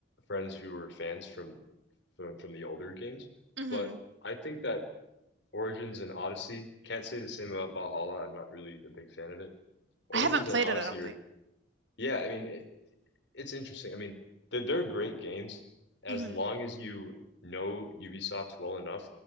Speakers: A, on the left; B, on the right.
A: friends who were fans from from from the older games,
B: hmm
A: but I think that Origins and Odyssey can't say the same about Valhalla. I'm not really a big fan of it. Origins
B: I haven't played
A: and Odyssey
B: it, I don't
A: are
B: think.
A: yeah, I mean it's interesting. I mean, they're, they're great games as
B: hmm
A: long as you know Ubisoft well enough